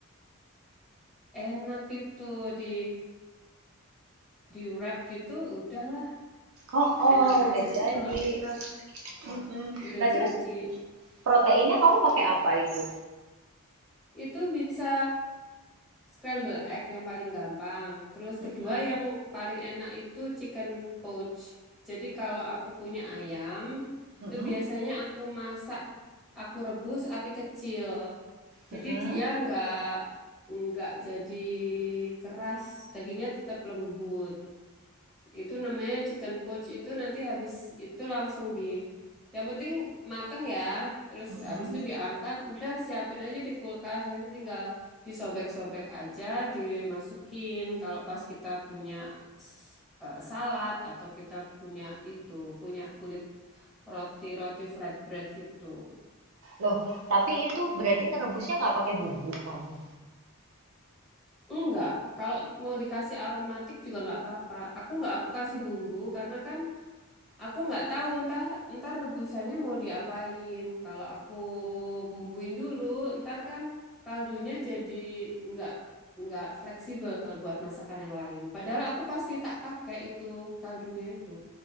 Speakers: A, in the centre; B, on the right.
A: enak itu di di wrap gitu udahlah.
B: Oh, oh,
A: Enak aja
B: udah jadi.
A: sih kalau kita
B: Mm-mm.
A: udah
B: Nah, terus
A: jadi.
B: proteinnya kamu pakai apa itu?
A: Itu bisa Scramble egg yang paling gampang. Terus
B: Mm-mm.
A: kedua yang paling enak itu chicken poach. Jadi kalau aku punya ayam,
B: Mm-mm.
A: itu biasanya aku masak, aku rebus api kecil. Jadi
B: Mm-mm.
A: dia nggak nggak jadi keras, dagingnya tetap lembut. Itu namanya chicken poach itu nanti habis itu langsung di yang penting mateng ya. Terus
B: Mm-mm.
A: habis itu diangkat, udah siapin aja di kulkas. Nanti tinggal disobek-sobek aja, dimasukin. Kalau pas kita punya s- eh, salad atau kita punya itu, punya kulit roti-roti flatbread gitu.
B: Loh, tapi itu berarti ngerebusnya nggak pakai bumbu kamu.
A: Enggak, kalau mau dikasih aromatik juga nggak apa-apa. Aku nggak aku kasih bumbu karena kan Aku nggak tahu entah entar rebusannya mau diapain. Kalau aku bumbuin dulu, entar kan kaldunya jadi nggak nggak fleksibel buat masakan yang lain. Padahal aku pasti tak pakai itu kaldunya itu.